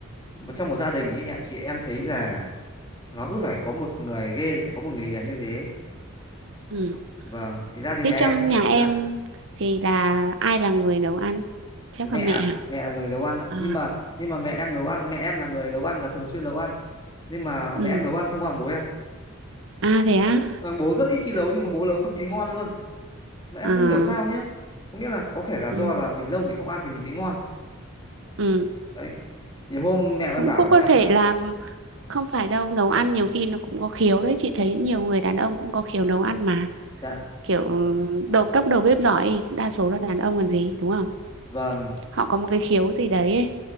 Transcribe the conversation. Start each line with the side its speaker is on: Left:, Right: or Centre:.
Left: một- trong một gia đình ấy em chị em thấy là nó cứ phải có một người ghê phải có một người hiền như thế
Right: ừ.
Left: vâng thì gia đình
Right: thế
Left: nhà
Right: trong
Left: em
Right: nhà em
Left: dạ,
Right: thì là ai là người nấu ăn chắc
Left: mẹ
Right: là mẹ hả
Left: mẹ là người nấu ăn ạ.
Right: à
Left: nhưng mà nhưng mà mẹ em nấu ăn mẹ em là người nấu ăn và thường xuyên nấu ăn nhưng mà
Right: ừ
Left: mẹ em nấu ăn không còn bố em
Right: à thế á
Left: vâng bố rất ít khi nấu nhưng mà bố nấu cực kỳ ngon luôn mà em
Right: à
Left: không hiểu sao nhá có nghĩa là có thể là
Right: ừ
Left: do là mình lâu mình không ăn thì mình thấy ngon
Right: ừ
Left: đấy nhiều hôm mẹ em
Right: cũng
Left: bảo
Right: cũng
Left: mẹ
Right: có
Left: em
Right: thể là không phải đâu nấu ăn nhiều khi nó cũng có khiếu đấy chị thấy nhiều người đàn ông cũng có khiếu nấu ăn mà
Left: dạ
Right: kiểu ừ, đầu cấp đầu bếp giỏi thì cũng đa số là đàn ông còn gì đúng không
Left: vâng
Right: họ có một cái khiếu gì đấy ấy.